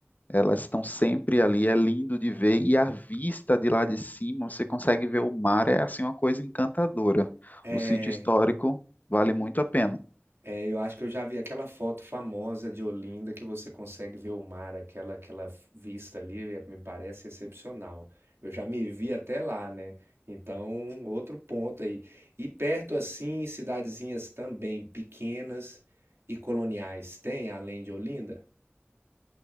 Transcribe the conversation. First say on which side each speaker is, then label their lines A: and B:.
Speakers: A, on the left (about 40°); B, on the right (about 70°).
A: elas estão sempre ali, é lindo de ver, e a vista de lá de cima, você consegue ver o mar, é assim uma coisa encantadora.
B: É,
A: O sítio histórico vale muito a pena.
B: É, eu acho que eu já vi aquela foto famosa de Olinda que você consegue ver o mar, aquela, aquela vista ali, é, me parece excepcional. Eu já me vi até lá, né? Então, outro ponto aí. E perto assim, cidadezinhas também pequenas e coloniais, tem além de Olinda?